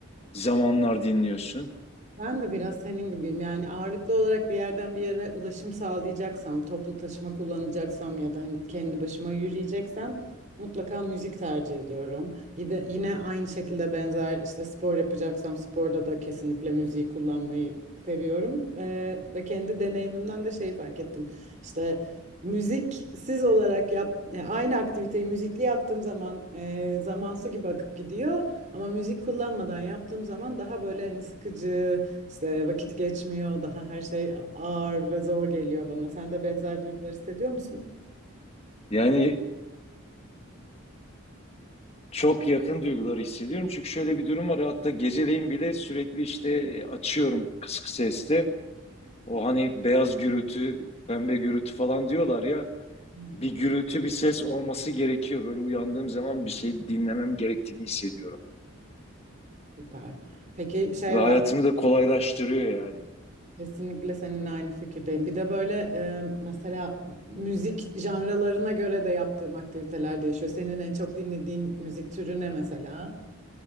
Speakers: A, on the left; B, on the right.
A: zamanlar dinliyorsun?
B: Ben de biraz senin gibiyim. Yani ağırlıklı olarak bir yerden bir yere ulaşım sağlayacaksam, toplu taşıma kullanacaksam ya da hani kendi başıma yürüyeceksem mutlaka müzik tercih ediyorum. Yine, yine aynı şekilde benzer işte spor yapacaksam sporda da kesinlikle müziği kullanmayı seviyorum. Ee, ve kendi deneyimimden de şeyi fark ettim. İşte müziksiz olarak yap, yani aynı aktiviteyi müzikli yaptığım zaman e, zaman su gibi akıp gidiyor. Ama müzik kullanmadan yaptığım zaman daha böyle hani sıkıcı, işte vakit geçmiyor, daha her şey ağır ve zor geliyor bana. Sen de benzer duygular hissediyor musun?
A: Yani Çok yakın duyguları hissediyorum. Çünkü şöyle bir durum var. Hatta geceleyin bile sürekli işte e, açıyorum kısık seste. O hani beyaz gürültü, pembe gürültü falan diyorlar ya.
B: Hı.
A: Bir gürültü, bir ses olması gerekiyor. Böyle uyandığım zaman bir şey dinlemem gerektiğini hissediyorum.
B: Süper. Peki şey
A: Ve hayatımı
B: var,
A: da kolaylaştırıyor yani.
B: kesinlikle seninle aynı fikirdeyim. Bir de böyle e, mesela müzik janralarına göre de yaptığım aktiviteler değişiyor. Senin en çok dinlediğin müzik türü ne mesela?